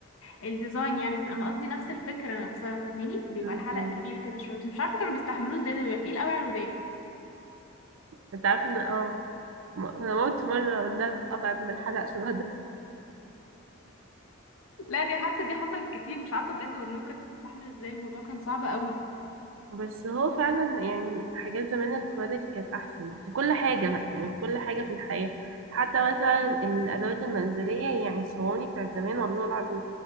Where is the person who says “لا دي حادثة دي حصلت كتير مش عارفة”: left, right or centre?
Left